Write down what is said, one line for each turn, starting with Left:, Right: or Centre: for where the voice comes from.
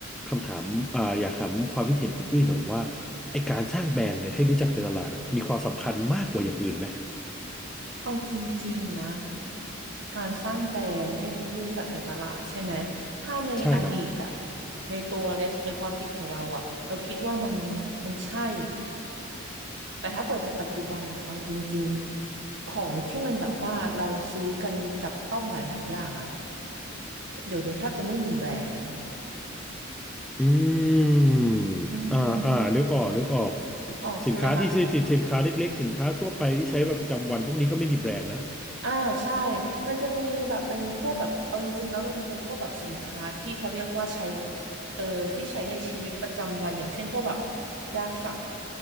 Centre: คำถามเอ่ออยากถามความคิดเห็นคุณอุ้ยหน่อยว่าไอการสร้างแบรนด์เนี่ยให้รู้จักในตลาดอะมีความสำคัญมากกว่าอย่างอื่นไหม
Right: เอาจริงๆนะการสร้างแบรนด์ให้เป็นที่รู้จักในตลาดใช่ไหมถ้าในอดีตอะ
Centre: ใช่ครับ
Right: ในตัวในในความคิดของเราอะเราคิดว่ามันมันใช่ แต่ถ้าเปิดในปัจจุบันนะเอาจริงๆของที่มันแบบว่าเราซื้อกันจับต้องหลายๆอย่างอะเดี๋ยวนี้แทบจะไม่มีแบรนด์
Centre: อืม
Right: อืม
Centre: อ่าอ่านึกออกนึกออก
Right: นึกออกใช่ไหมคะ
Centre: สินค้าที่ซื้อที่สินค้าเล็กๆสินค้าทั่วไปที่ใช้แบบประจำวันพวกนี้ก็ไม่มีแบรนด์นะ
Right: อ่าใช่มันจะมีแบบเป็นพวกแบบเอาจริงๆแล้วมันจะเป็นพวกแบบสินค้าที่เขาเรียกว่าใช้เออที่ใช้ในชีวิตประจำวันอย่างเช่นพวกแบบยาสระผ